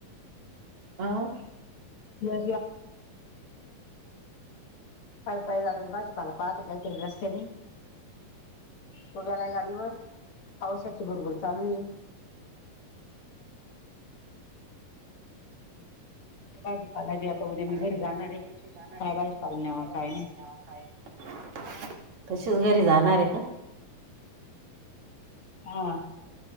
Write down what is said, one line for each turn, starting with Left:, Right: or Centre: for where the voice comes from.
Right: अं.
Left: <unintelligible> पाय पाय जाते भाजीपाला पाहाते काय तरी रस्त्यानी. तो गेलाय गाडीवर. पावसाची भुरभुर चालू आहे. भाजीपाला बी <unintelligible>
Right: आता
Left: जाणार
Right: उद्या
Left: आहे
Right: मी कुठे जाणार
Left: काय
Right: आहे
Left: भाजीपाला नाही
Right: काजल
Left: काय
Right: म्ह <inaudible> तशीच घरी जाणार आहे का?
Left: हा.